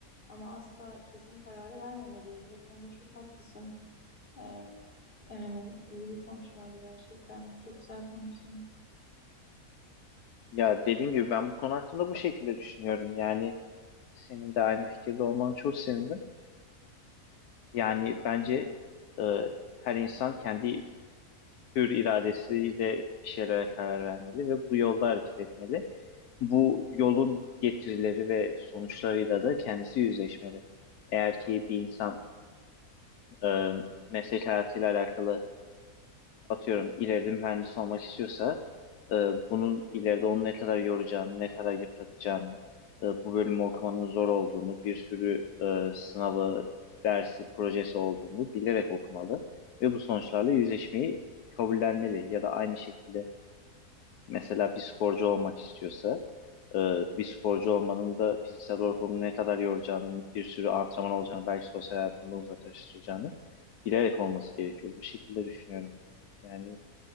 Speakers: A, on the left; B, on the left.
A: Ama asla kesin kararı vermemeliyiz. Bu konuda çok haklısın. E, yani iyi bir konuşmaydı gerçekten. Çok güzel konuştun.
B: Ya dediğim gibi ben bu konu hakkında bu şekilde düşünüyorum. Yani senin de aynı fikirde olmanı çok sevindim. Yani bence e, her insan kendi hür iradesiyle bir şeylere karar vermeli ve bu yolda hareket etmeli. Bu yolun getirileri ve sonuçlarıyla da kendisi yüzleşmeli. Eğer ki bir insan e, meslek hayatıyla alakalı atıyorum ileride mühendis olmak istiyorsa e, bunun ileride onu ne kadar yoracağını, ne kadar yıpratacağını, e, bu bölümü okumanın zor olduğunu, bir sürü e, sınavı, dersi, projesi olduğunu bilerek okumalı ve bu sonuçlarla yüzleşmeyi kabullenmeli ya da aynı şekilde mesela bir sporcu olmak istiyorsa e, bir sporcu olmanın da fiziksel olarak onu ne kadar yoracağını, bir sürü antrenman olacağını, belki sosyal hayatında uzaklaştıracağını bilerek olması gerekiyor. Bu şekilde düşünüyorum. Yani